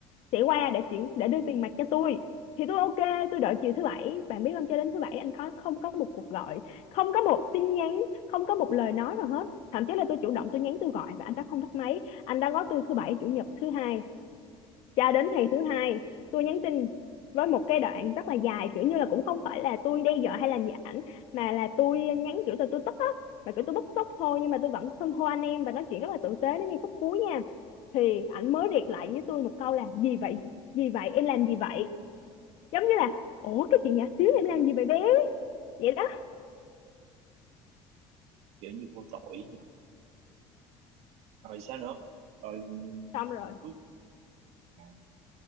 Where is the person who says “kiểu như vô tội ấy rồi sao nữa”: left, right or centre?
Right